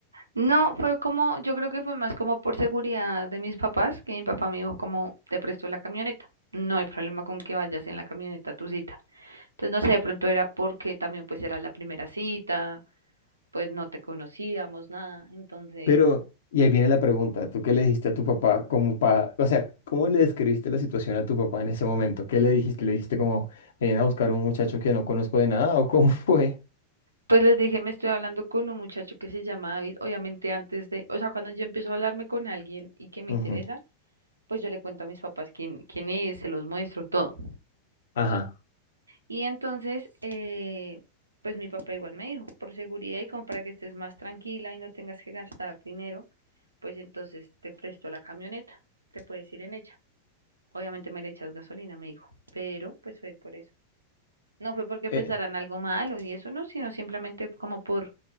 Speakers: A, on the right (about 80°); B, on the left (about 60°).
A: No, fue como, yo creo que fue más como por seguridad de mis papás, que mi papá me dijo como, te presto la camioneta. No hay problema con que vayas en la camioneta a tu cita. Entonces, no sé, de pronto era porque también pues era la primera cita, pues no te conocíamos nada. Entonces,
B: Pero, y ahí viene la pregunta, ¿tú qué le dijiste a tu papá como pa, o sea, ¿cómo le describiste la situación a tu papá en ese momento? ¿Qué le dijiste? ¿Le dijiste como, ven a buscar un muchacho que no conozco de nada o cómo fue?
A: Pues les dije, me estoy hablando con un muchacho que se llama David. Obviamente antes de, o sea, cuando yo empiezo a hablarme con alguien y que me
B: Ujú.
A: interesa, pues yo le cuento a mis papás quién, quién es, se los muestro todo.
B: Ajá.
A: Y entonces, eh, pues mi papá igual me dijo, por seguridad y como para que estés más tranquila y no tengas que gastar dinero, pues entonces te presto la camioneta, te puedes ir en ella. Obviamente me le echas gasolina, me dijo, pero pues fue por eso. No fue porque
B: Eh,
A: pensaran algo malo y eso no, sino simplemente como por